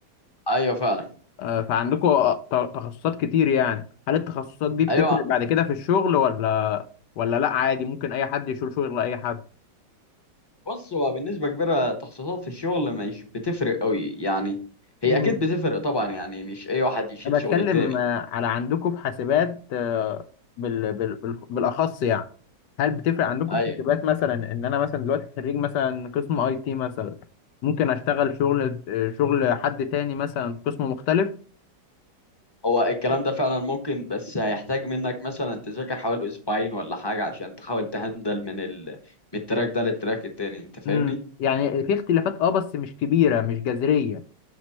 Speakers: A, on the left; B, on the left.
A: ايوه فعلا
B: آه، فعندكم ت- تخصصات كتير يعني هل التخصصات دي بتفرق
A: ايوه
B: بعد كده في الشغل ولا ولا لا عادي ممكن اي حد يشيل شغل اي حد
A: بص هو بالنسبة كبيرة تخصصات في الشغل مش بتفرق قوي يعني هي
B: مم.
A: اكيد بتفرق طبعا يعني مش اي واحد يشيل
B: انا
A: شغل
B: بتكلم
A: التاني
B: آه، على عندكم في حاسبات آه، بال... بال... بال- بالاخص يعني هل بتفرق عندكم
A: ايوه
B: في حاسبات مثلا ان انا مثلا دلوقتي خريج مثلا قسم اي تي مثلا ممكن اشتغل شغل آه، شغل حد تاني مثلا في قسم مختلف
A: هو الكلام ده فعلا ممكن بس هيحتاج منك مثلا تذاكر حوالي اسبوعين ولا حاجة عشان تحاول تهندل من ال... من التراك ده للتراك التاني انت فاهمني؟
B: امم يعني في اختلافات اه بس مش كبيرة مش جذرية